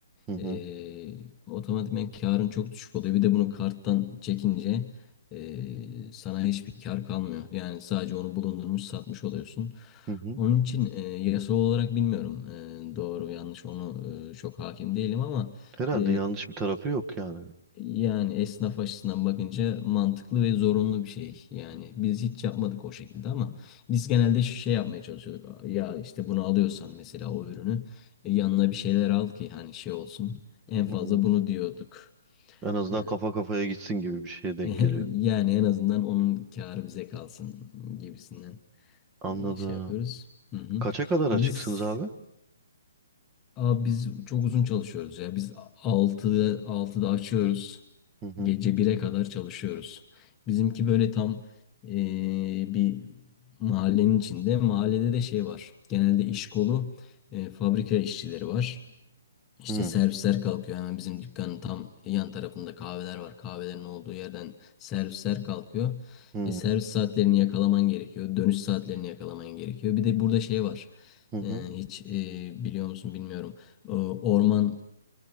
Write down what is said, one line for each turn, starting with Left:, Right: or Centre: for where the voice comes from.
Right: Hı hı.
Left: Eee otomatikman karın çok düşük oluyor. Bir de bunu karttan çekince eee, sana hiçbir kar kalmıyor. Yani sadece onu bulundurmuş satmış oluyorsun.
Right: Hı hı.
Left: Onun için eee yasal olarak bilmiyorum eee, doğru yanlış onu eee, çok hakim değilim ama
Right: Herhalde
Left: e,
Right: yanlış bir tarafı yok yani.
Left: yani esnaf açısından bakınca mantıklı ve zorunlu bir şey. Yani biz hiç yapmadık o şekilde ama biz genelde şu şey yapmaya çalışıyorduk. Ya işte bunu alıyorsan mesela o ürünü e, yanına bir şeyler al ki hani şey olsun. En fazla
Right: Hmm.
Left: bunu diyorduk.
Right: En azından
Left: Ee,
Right: kafa kafaya gitsin gibi bir şeye denk
Left: <laughs>
Right: geliyor.
Left: yani en azından onun kârı bize kalsın gibisinden
Right: Anladım.
Left: e, şey yapıyoruz. Hı hı.
Right: Kaça kadar açıksınız
Left: Biz
Right: abi?
Left: Abi biz çok uzun çalışıyoruz ya. Biz altıda altıda açıyoruz.
Right: Hı hı.
Left: Gece bir'e kadar çalışıyoruz. Bizimki böyle tam eee, bir mahallenin içinde. Mahallede de şey var. Genelde iş kolu eee, fabrika işçileri var. İşte
Right: Hı
Left: servisler kalkıyor hemen bizim dükkanın tam yan tarafında kahveler var. Kahvelerin olduğu yerden servisler kalkıyor.
Right: hı.
Left: E, servis saatlerini yakalaman gerekiyor. Dönüş saatlerini yakalaman gerekiyor. Bir de burada şey var.
Right: Hı hı.
Left: E, hiç e, biliyor musun bilmiyorum. E, orman